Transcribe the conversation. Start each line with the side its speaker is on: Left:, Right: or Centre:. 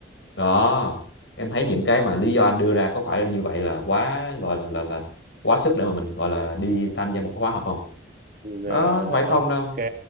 Left: đó em thấy những cái mà lý do anh đưa ra có phải như vậy là quá gọi là là là quá sức để mà mình gọi là đi tham gia một cái khóa học không
Right: ừ,
Left: nó
Right: à,
Left: không phải không
Right: ok
Left: đâu